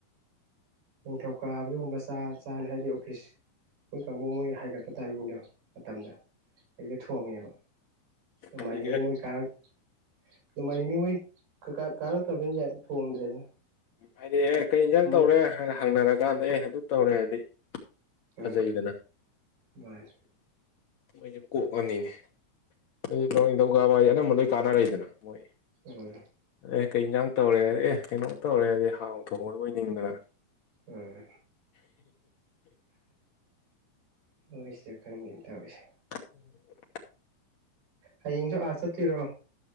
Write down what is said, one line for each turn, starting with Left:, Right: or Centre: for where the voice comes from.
Right: ꯅꯤꯡꯊꯧꯀꯥꯕ ꯑꯗꯨꯒꯨꯝꯕ ꯆꯥ ꯆꯥꯅꯤ ꯍꯥꯏꯗꯤ ꯑꯣꯐꯤꯁ ꯑꯩꯣꯏ ꯀꯥꯡꯕꯨ ꯃꯣꯏ ꯍꯥꯏꯒꯠꯄ ꯇꯥꯏꯃꯤꯡꯗꯣ ꯃꯇꯝꯗ ꯍꯦꯛꯁꯦ ꯊꯣꯡꯉꯦꯕ
Left: ꯍꯥꯏꯗꯤ
Right: ꯃꯥꯏꯖꯤꯗꯤ ꯃꯣꯏ ꯀꯥꯔꯛ ꯅꯃꯥꯏꯅꯤ ꯃꯣꯏ ꯀꯥꯔꯛꯇꯕꯅꯤꯅ ꯊꯣꯡꯗ꯭ꯔꯦꯗꯅ
Left: ꯍꯥꯏꯗꯤ ꯑꯦ ꯀꯩ ꯏꯟꯁꯥꯡ
Right: ꯃꯣꯏ
Left: ꯇꯧꯔꯦ ꯍꯥꯏꯅ ꯍꯪꯅꯔꯀꯥꯟꯗ ꯑꯦ ꯑꯗꯨ ꯇꯧꯔꯦ ꯍꯥꯏꯗꯤ
Right: ꯎꯝ
Left: ꯐꯖꯩꯗꯅ
Right: ꯃꯥꯅꯦ
Left: ꯃꯣꯏꯁꯨ ꯀꯣꯛꯑꯅꯤꯅꯦ ꯑꯗꯨ ꯅꯤꯡꯊꯧꯒꯕꯥ ꯍꯥꯏꯁꯦ ꯑꯅꯝꯕ ꯂꯣꯏ ꯀꯥꯟꯅꯔꯦꯗꯅ ꯃꯣꯏ
Right: ꯎꯝ
Left: ꯑꯦ ꯀꯩ ꯌꯦꯟꯖꯥꯡ ꯇꯧꯔꯦ ꯍꯥꯏꯔꯗꯤ ꯑꯦ ꯀꯩꯅꯣ ꯇꯧꯔꯦ ꯍꯥꯏꯔꯗꯤ ꯍꯥꯎ ꯊꯣꯡꯉ ꯂꯣꯏꯅꯤꯡꯗꯅ
Right: ꯎꯝ ꯍꯣꯏ ꯁꯤꯁꯨ ꯈꯪꯗꯦꯅ ꯇꯧꯔꯤꯁꯦ
Left: <inaudible>
Right: ꯍꯌꯦꯡꯁꯨ ꯑꯥ ꯆꯠꯇꯔꯣ